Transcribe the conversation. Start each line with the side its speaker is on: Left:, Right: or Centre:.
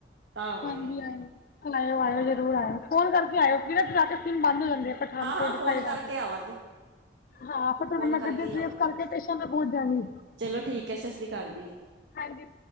Right: ਤਾਂ ਆਵਾਂਗੇ
Left: ਹਾਂਜੀ ਆਇਓ ਆਇਓ -ਆਇਓ ਜ਼ਰੂਰ ਆਇਓ ਫੋਨ ਕਰਕੇ ਆਇਓ ਕੀ ਨਾ ਜਾ ਕੇ ਮਨ ਲੱਗਦਾ ਹਾਂ ਪਠਾਨਕੋਟ
Right: ਹਾਂ ਫੋਨ
Left: ਬਾਏ ਲਾ
Right: ਕਰਕੇ
Left: ਕੇ
Right: ਆਵਾਂਗੇ
Left: ਹਾਂ ਤੁਹਾਡੇ
Right: ਫੋਨ ਕਰਕੇ
Left: <unintelligible>
Right: ਹੀ
Left: ਟਰੇਸ
Right: ਆਵਾਂਗੇ
Left: ਕਰਕੇ ਟੇਸ਼ਣ ਤੇ ਪਹੁਚ ਜਾਂਦੀ
Right: ਚਲੋ ਠੀਕ ਹੈ ਸਤਿ ਸ੍ਰੀ ਅਕਾਲ ਜੀ
Left: ਹਾਂਜੀ